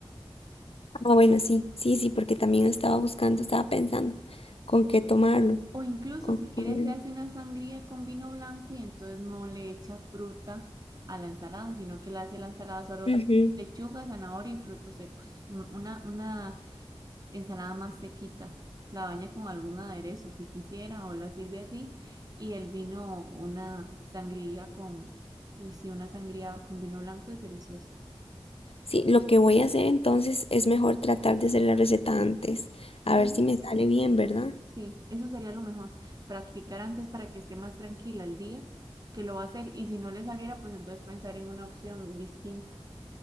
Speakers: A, on the left; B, on the right.
A: Ah, bueno, sí, sí, sí, porque también estaba buscando, estaba pensando con qué tomarlo,
B: O incluso
A: con
B: si
A: qué comerlo.
B: quieres se hace una sangría con vino blanco y entonces no le echa fruta a la ensalada, sino que le hace la ensalada solo
A: Ujú.
B: lechuga, zanahoria y frutos secos. Un- Una, una ensalada más sequita. La baña con algún aderezo si quisiera o la sirve así. Y el vino, una sangría con, uy, sí, una sangría con vino blanco es deliciosa.
A: Sí, lo que voy a hacer entonces es mejor tratar de hacer la receta antes,
B: Eso,
A: a
B: es-
A: ver si me sale bien, ¿verdad?
B: sí, eso sería lo mejor. Practicar antes para que esté más tranquila el día que lo va a hacer. Y si no le saliera, pues entonces pensar en una opción distinta.